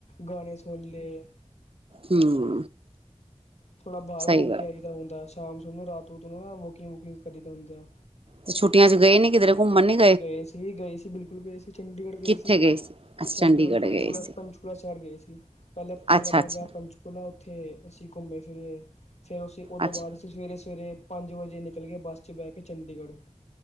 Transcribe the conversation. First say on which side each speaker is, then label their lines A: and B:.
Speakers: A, on the left; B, on the right.
A: ਗਾਣੇ ਸੁਣ ਲਏ।
B: ਹਮ।
A: ਥੋੜਾ ਬਾਹਰ
B: ਸਹੀ
A: ਘੁੰਮ
B: ਗੱਲ
A: ਕੇ ਆਈਦਾ ਹੁੰਦਾ। ਸ਼ਾਮ- ਸੂ਼ਮ, ਰਾਤ- ਰੂਤ ਨੂੰ ਨਾ ਵੋਕਿੰਗ-ਵੂਕਿੰਗ ਕਰੀਦਾ ਹੁੰਦਾ।
B: ਤੇ ਛੁੱਟੀਆਂ ਚ ਗਏ ਨੀ ਕਿਧਰੇ ਘੁੰਮਣ ਨੀ
A: ਗਏ ਸੀ-ਗਏ ਸੀ ਬਿਲਕੁਲ ਗਏ ਸੀ, ਚੰਡੀਗੜ੍ਹ ਗਏ
B: ਕਿੱਥੇ
A: ਸੀ।
B: ਅੱਛਾ
A: ਚੰਡੀਗੜ੍ਹ, ਪੰਚਕੂਲਾ,
B: ਗਏ ਸੀ
A: ਪੰਚਕੂਲਾ ਸ਼ਹਿਰ ਗਏ ਸੀ। ਪਹਿਲਾਂ ਪਹਿਲਾਂ
B: ਅੱਛਾ
A: ਮੈਂ
B: ਅੱਛਾ
A: ਗਿਆ ਪੰਚਕੂਲਾ ਉੱਥੇ ਅਸੀ ਘੁੰਮੇ- ਫਿਰੇ। ਫਿਰ ਅਸੀਂ ਉਹਦੋਂ
B: ਅੱਛਾ
A: ਬਾਅਦ, ਅਸੀਂ ਸਵੇਰੇ- ਸਵੇਰੇ ਪੰਜ ਵਜੇ ਨਿਕਲ ਗਏ ਬੱਸ ਚ ਬਹਿ ਕੇ ਚੰਡੀਗੜ੍ਹ।